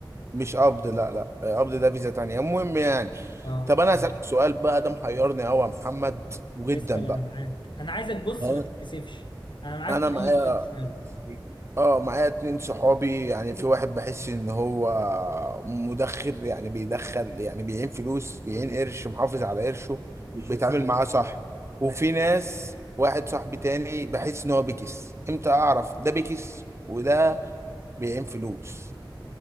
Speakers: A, on the right; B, on the left.
A: مش قبض لا لا قبض ده فيزا تانية المهم يعني
B: اه
A: طب انا
B: مم.
A: هسألك سؤال بقى ده محيرني قوي يا محمد وجدا
B: اسأل انا
A: بقى
B: معاك انا عايزك بص
A: اه
B: ما تتكسفش انا معاك
A: انا
B: في اي
A: معايا
B: سؤال تسأله
A: اه معايا اتنين صحابي يعني في واحد بحس ان هو مدخر يعني بيدخل يعني بيعين فلوس بيعين قرش محافظ على قرشه بيتعامل معاه صح وفي ناس واحد صاحبي تاني بحس ان هو بيكس امتى اعرف ده بيكس وده بيعين فلوس